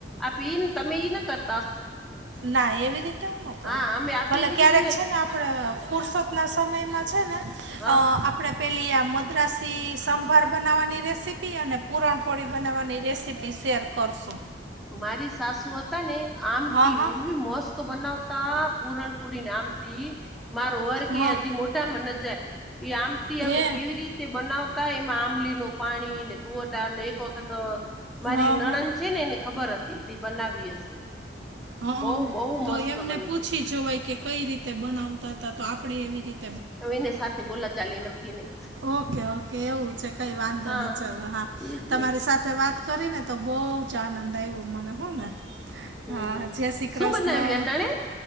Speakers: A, in the centre; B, on the right (about 80°).
A: આપે ઈન તમે ના કર-
B: ના એવી રીતે હું ન કરું
A: હા અમે આપે
B: ભલે
A: એવી
B: ક્યારેક
A: રીતે
B: છે ને આપડ- ફુરસદના સમયમાં છે ને અ
A: હા
B: આપ- આપણે પેલી આ મદ્રાસી સંભાર બનાવવાની રેસીપી અને પૂરણપોળી બનાવવાની રેસીપી શેર- કરશો.
A: મારી સાસુ હતા ને આમ
B: હા
A: તિ
B: હા
A: એવી મસ બનાવતા પૂરણપુરી નામ થી મારો વર કે
B: હા
A: હજી મોઢામાં નજાય- એ આમટી હવે
B: એ
A: કેવી રીતે બનાવ- એમાં આંબલી નો પાણી ને તુવરદાળ નો એક વખત મારી
B: હા
A: નણંદ
B: હા
A: છે નેને- ખબર હતી તી બનાવી હશે.
B: હા
A: બહુ બહુ
B: તો
A: મસ્ત
B: એમને
A: બને
B: પૂછી જોવાય કે કઈ રીતે બનાવતા હતા તો આપડે એવી રીત
A: હવે એને સાથે બોલા ચાલી નથી ને-
B: ઓકે ઓકે એવું છે કઈ વાંધો
A: હા
B: નહી ચલ હા
A: તેજ
B: તમારી
A: ને
B: સાથ વાત કરી ને તો બોઉ- ચા નંદ આઈવો હો ને
A: હમ
B: હા
A: હમ
B: જે શ્રી
A: શું
B: કૃષ્ણ-
A: બનાવ્યું અટાણે